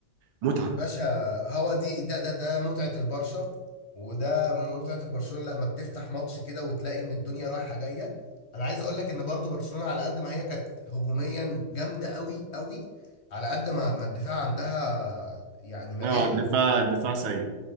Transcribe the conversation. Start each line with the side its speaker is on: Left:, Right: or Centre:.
Right: متعة
Left: باشا هو دي ده ده ده متعة البرشا وده متعة البرشلونة لما بتفتح ماتش كده وتلاقي ان الدنيا رايحة جاية انا عايز اقول لك ان برضو برشلونة على قد ما هي كانت هجوميا جامدة قوي قوي على قد ما ما الدفاع عندها يعني مجاري
Right: اه الدفاع الدفاع سيء